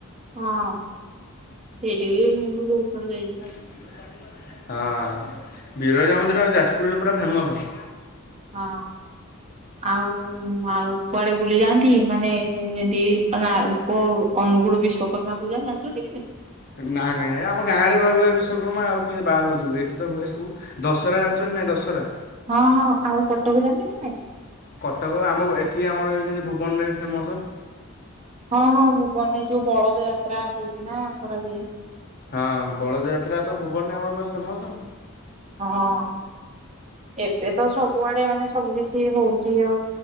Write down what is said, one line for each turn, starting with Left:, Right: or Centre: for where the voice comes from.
Right: ହଁ ସେଇଠିକି ବି ମୁଁ ବି ବହୁତ ଥର ଯାଇଛି।
Left: <unintelligible> ହଁ ବିରଜା ମନ୍ଦିର ଯାଜପୁରରେ ପୁରା ଫେମସ।
Right: ହଁ। ଆଉ ଆଉ କୁଆଡେ ବୁଲି ଯାଆନ୍ତି। ମାନେ ଯେମତି <unintelligible> ଅନୁଗୁଳ ବିଶ୍ଵକର୍ମା ପୂଜା ଜାଣିଛନ୍ତି କି।
Left: ନାଇଁ ନାଇଁ ଆମ ଗାଁରେ ବା ହୁଏ ବିଶ୍ୱକର୍ମା। ଆଉ କେମିତି ବାହାରକୁ ଯିବୁ ଏଇଠି ତ ହୁଏ ସବୁ। ଦଶହରା ଜାଣିଛ ନା ନାଇଁ ଦଶହରା।
Right: ହଁ ହଁ ଆଉ କଟକ ଯାନ୍ତି ନା ନାଇଁ।
Left: ତ ଆମ ଏଠି ଆମର ଏ ସେମତି ଭୁବନରେ ବି ଫେମସ।
Right: ହଁ ହଁ ଭୁବନ ଯୋଉ ବଳଦ ଯାତ୍ରା ହେଇଛି ନା କରା ଯାଏ।
Left: ହଁ ବଳଯାତ୍ରା ତ ଭୁବନ ଆମର ପୁରା ଫେମସ।
Right: ହଁ ଏବେ ତ ସବୁଆଡେ ମାନେ ସବୁ କିଛି କିଛି ହଉଛି ଆ